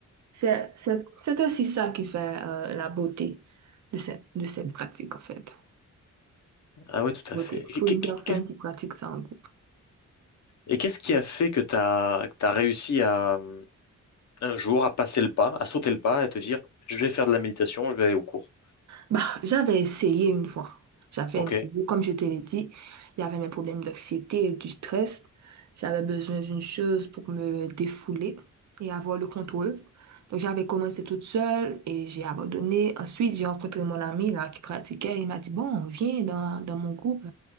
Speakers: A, on the right; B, on the left.
A: C'est, c'est, c'est aussi ça qui fait euh, la beauté de cette, de cette pratique, en fait.
B: Ah ouais, tout
A: Beauté.
B: à fait. Et
A: Pour
B: qu'est-
A: une
B: qu'est-
A: personne
B: qu'est-
A: qui pratique ça en groupe.
B: et qu'est-ce qui a fait que t'as que t'as réussi à un jour à passer le pas, à sauter le pas et te dire je vais faire de la méditation, je vais aller au cours.
A: Bah, j'avais essayé une fois. J'avais
B: Ok.
A: essayé, comme je te l'ai dit, il y avait mes problèmes d'anxiété et du stress. J'avais besoin d'une chose pour me défouler et avoir le contrôle. Donc, j'avais commencé toute seule et j'ai abandonné. Ensuite, j'ai rencontré mon ami là qui pratiquait. Il m'a dit, bon, viens dans, dans mon groupe.